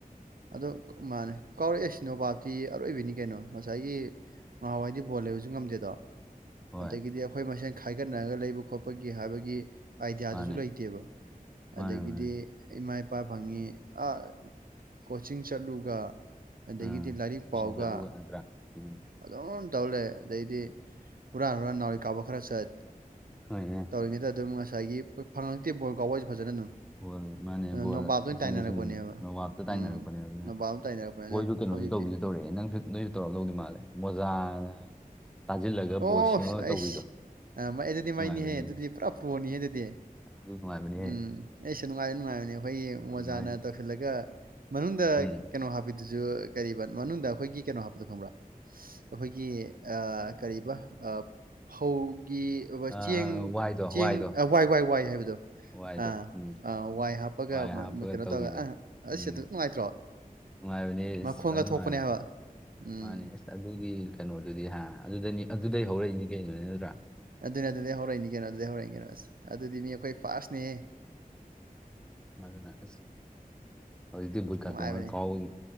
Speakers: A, on the right; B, in the centre.
A: ꯑꯗꯣ ꯃꯥꯅꯦ ꯀꯧꯔꯛꯑꯦ ꯑꯁ ꯅꯣꯕꯥꯞ ꯇꯤ ꯑꯔꯣꯏꯕꯤꯅꯤ ꯀꯩꯅꯣ ꯉꯁꯥꯏꯒꯤ ꯉꯍꯥꯟꯋꯥꯏꯗꯤ ꯕꯣꯜ ꯂꯩꯕꯁꯨ ꯉꯝꯗꯦꯗꯣ
B: ꯍꯣꯏ
A: ꯑꯗꯒꯤꯗꯤ ꯑꯩꯈꯣꯏ ꯑꯩꯈꯣꯏ ꯃꯁꯦꯟ ꯈꯥꯏꯒꯠꯅꯔꯒ ꯂꯩꯕ ꯈꯣꯠꯄꯒꯤ ꯍꯥꯏꯕꯒꯤ ꯑꯥꯏꯗꯤꯌꯥꯗꯨꯁꯨ
B: ꯃꯥꯅꯦ
A: ꯂꯩꯇꯦꯕ
B: ꯃꯥꯅꯦ
A: ꯑꯗꯒꯤꯗꯤ
B: ꯃꯥꯅꯦ
A: ꯏꯃꯥ ꯏꯄꯥ ꯐꯪꯉꯤ ꯑ ꯀꯣꯆꯤꯡ ꯆꯠꯂꯨꯒ ꯑꯗꯒꯤꯗꯤ
B: ꯑꯥ
A: ꯂꯥꯏꯔꯤꯛ
B: ꯇꯨꯏꯁꯟ
A: ꯄꯥꯎꯒ
B: ꯆꯠꯂꯨꯕ ꯅꯠꯇ꯭ꯔꯥ ꯎꯝ
A: ꯑꯗꯨꯝ ꯇꯧꯔ ꯂꯩꯔꯦ ꯑꯗꯩꯗꯤ ꯍꯨꯔꯥꯟ ꯍꯨꯔꯥꯟ ꯅꯥꯎꯔꯤ ꯀꯥꯞꯄ ꯈꯔ ꯆꯠ
B: ꯍꯣꯏꯅꯦ
A: ꯇꯧꯔꯤꯉꯩꯗ ꯑꯗꯨꯝ ꯉꯁꯥꯏꯒꯤ ꯐꯪꯉꯛꯇꯦ ꯕꯣꯜ ꯀꯥꯎꯕꯁꯦ ꯐꯖꯅ ꯑꯗꯨꯝ
B: ꯍ‌ꯣ ꯃꯥꯅ‌ꯦ ꯕ‌ꯣꯜ
A: ꯅꯣꯕꯥꯞꯇ ꯑꯣꯏꯅ
B: <unintelligible>
A: ꯇꯥꯏꯅꯔꯛꯄꯅꯦꯕ
B: ꯅ‌ꯣꯕꯥꯞ ꯇꯥꯏꯅꯔꯛꯄꯅꯦ
A: ꯎꯝ
B: ꯑꯗꯨꯅ
A: ꯅꯣꯕꯥꯞ
B: ꯑꯩꯈꯣꯏꯁꯨ
A: ꯇꯥꯏꯅꯔꯛꯄꯅꯤꯅ
B: ꯀꯩꯅꯣꯁꯨ
A: ꯍꯧꯖꯤꯛꯇꯤ
B: ꯇꯧꯕꯤ ꯇꯧꯔꯛꯑꯦ ꯅꯪꯁꯨ ꯅꯣꯏꯁꯨ ꯇꯧꯔꯛꯑꯝꯗꯧꯗꯤ ꯃꯥꯜꯂꯦ ꯃꯣꯖꯥꯅ ꯇꯥꯁꯤꯜꯂꯒ
A: ꯑꯣ
B: ꯕꯣꯜ ꯁꯦꯝꯃꯒ
A: ꯑꯩꯁ
B: ꯇꯧꯕꯤꯗꯣ
A: ꯑ ꯃꯩ ꯑꯗꯨꯗꯤ
B: ꯊꯤ ꯅꯨꯡꯉꯥꯏꯕꯅꯤ
A: ꯃꯩꯅꯤꯍꯦ ꯑꯗꯨꯗꯤ ꯄ꯭ꯔ‌ꯣꯅꯤꯍꯦ ꯑꯗꯨꯗꯤ
B: ꯑꯗꯨꯒ ꯑꯗꯨ ꯅꯨꯡꯉꯥꯏꯕꯅꯤꯍꯦ
A: ꯎꯝ ꯑꯩꯁꯨ ꯅꯨꯡꯉꯥꯏ ꯅꯨꯡꯉꯥꯏꯕꯅꯦ ꯑꯩꯈꯣꯏꯒꯤ ꯃ‌ꯣꯖꯥꯅ
B: ꯑꯗꯨꯃꯥꯏꯅ
A: ꯇꯧꯁꯤꯜꯂꯒ ꯃꯅꯨꯡꯗ
B: ꯎꯝ
A: ꯀꯩꯅꯣ ꯍꯥꯞꯄꯤ ꯑꯗꯨꯁꯨ ꯀꯔꯤꯕ ꯃꯅꯨꯡꯗ ꯑꯩꯈꯣꯏꯒꯤ ꯀꯩꯅꯣ ꯍꯥꯞꯄꯗꯣ ꯈꯪꯕ꯭ꯔꯥ ꯑꯩꯈꯣꯏꯒꯤ ꯑ ꯀꯔꯤꯕ ꯑ ꯐꯧꯒꯤ
B: ꯑ
A: ꯆꯦꯡ
B: ꯑ ꯋꯥꯏꯗꯣ
A: ꯆꯦꯡ
B: ꯋꯥꯏꯗꯣ
A: ꯋꯥꯏ ꯋꯥꯏ ꯋꯥꯏ ꯍꯥꯏꯕꯗꯣ
B: ꯋꯥꯏꯗꯣ
A: ꯑꯥ
B: ꯎꯝ
A: ꯑ ꯋꯥꯏ ꯍꯥꯞꯄꯒ
B: ꯋꯥꯏ ꯍꯥꯞꯄꯒ
A: ꯀꯩꯅꯣ
B: ꯇꯧꯕꯤꯗꯣ
A: ꯇꯧꯔꯒ ꯑ ꯑꯁ
B: ꯎꯝ
A: ꯑꯗꯨꯝ ꯅꯨꯡꯉꯥꯏꯇ꯭ꯔꯣ
B: ꯅꯨꯡꯉꯥꯏꯕꯅꯦ
A: ꯃꯈꯣꯡꯒ
B: ꯑꯁ ꯐꯖꯅ ꯅꯨꯡꯉꯥꯏꯕꯅꯦ
A: ꯊꯣꯛꯄꯅꯦ ꯍꯥꯏꯕ ꯎꯝ
B: ꯃꯥꯅꯦ ꯑꯁ ꯑꯗꯨꯒꯤ ꯀꯩꯅꯣꯗꯨꯗꯤ ꯍꯥ ꯑꯗꯨꯗꯅꯤ ꯑꯗꯨꯗꯩ ꯍꯧꯔꯛꯏꯅꯤ ꯀꯩꯅꯣꯅꯤ ꯅꯠꯇ꯭ꯔꯥ
A: ꯑꯗꯨꯅꯦ ꯑꯗꯨꯗꯩ ꯍꯧꯔꯛꯏꯅꯤ ꯀꯩꯅꯣ ꯑꯗꯨꯗꯩ ꯍꯧꯔꯛꯏꯅꯤ ꯀꯩꯅꯣ ꯑꯁ ꯑꯗꯨꯗꯤ ꯃꯤ ꯑꯩꯈꯣꯏ ꯐꯥꯔ꯭ꯁꯅꯦꯍ‌ꯦ
B: ꯑꯗꯨꯅ ꯑꯁ ꯍꯧꯖꯤꯛꯇꯤ ꯕꯨꯠꯀꯥ
A: ꯅꯨꯡꯉꯥꯏꯕꯅꯤ
B: ꯇꯣꯡꯉꯒ ꯀꯥꯎꯕꯒꯤ